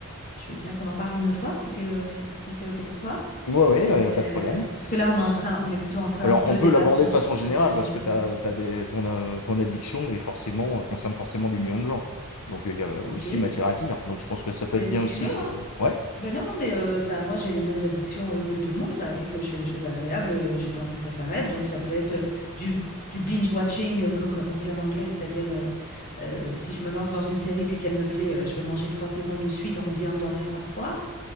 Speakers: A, on the left; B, on the left.
A: je veux bien qu'on en parle une autre fois si t'es, euh, si, si c'est OK pour toi.
B: Ouais ouais
A: Euh,
B: il n'y a pas de problème.
A: parce que là, on est en train, on est plutôt en train
B: Alors,
A: de
B: on peut
A: débattre
B: l'aborder
A: sur,
B: de façon
A: sur
B: générale
A: la généralité.
B: parce que t'as, t'as des, ton, euh, ton addiction est forcément, euh, concerne forcément des millions de gens. Donc, euh, il y a aussi
A: Ok.
B: matière à dire. Donc, je pense que ça peut
A: Ben,
B: être
A: si
B: bien aussi
A: tu veux,
B: de.
A: hein.
B: Ouais.
A: Ben non, non, mais euh, enfin, moi, j'ai les mêmes addictions euh, que tout le monde. Enfin, dès que je fais des choses agréables, euh, j'ai pas envie que ça s'arrête. Donc, ça peut être euh, du, du binge-watching, euh, que, comme on dit en anglais, c'est-à-dire euh, euh, si je me lance dans une série puis qu'elle me plaît, euh, je vais manger trois saisons de suite en oubliant de dormir parfois.